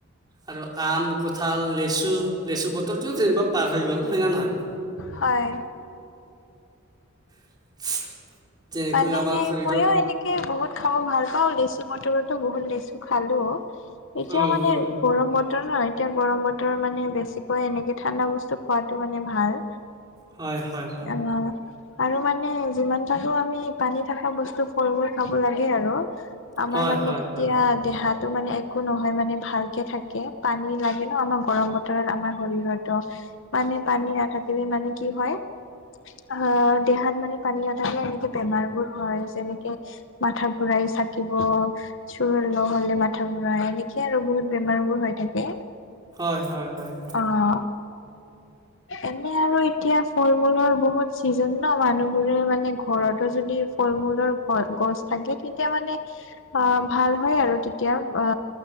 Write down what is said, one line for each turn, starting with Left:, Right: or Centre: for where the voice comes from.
Right: আৰু আম, কঁঠাল, লেচু, লেচু বতৰটো তেনেকিবা পাৰ হৈ গ'ল হয়, ন, নহয়।
Left: হয়।
Right: <unintelligible>
Left: মানে
Right: আমাৰ শৰীৰত
Left: মইও এনেকে বহুত খাব ভাল পাওঁ লিছু ম <unintelligible> বহুত লেচু খালো এতিয়া
Right: উম
Left: মানে
Right: উম উম।
Left: গৰম বতৰ নহয় এতিয়া গৰম বতৰ মানে বেছিকৈ এনেকে ঠাণ্ডা বস্তু খোৱাটো মানে ভাল।
Right: হয়, হয়, হয়।
Left: অ', আৰু মানে যিমান পাৰো আমি পানী থকা বস্তু ফলবোৰ খাব লাগে আৰু। আমাৰ
Right: হয়
Left: মানে
Right: হয়
Left: তেতিয়া
Right: হয়
Left: দেহাত টো, মানে একো নহয় মানে ভালকে থাকে পানী লাগে ন, আমাক গৰম বতৰত আমাৰ শৰীৰতো মানে পানী নাথাকিলে মানে কি হয় আহ দেহাত মানে পানী নাথাকিলে বেমাৰ, বোৰ হয়, যেনেকে মাথা ঘুৰাই চাকিব চোৰ ল হলে মাথা ঘুৰাই এনেকে আৰু বহুত বেমাৰ বোৰ হৈ থাকে।
Right: হয়, হয়, হয়।
Left: অ'। এনে আৰু এতিয়া ফল, মূলৰ বহুত চিজন ন, মানুহবোৰে মানে ঘৰতো যদি ফল মূলৰ ঘ, গছ থাকে, তেতিয়া মানে অ, ভাল হয়। আৰু তেতিয়া অ,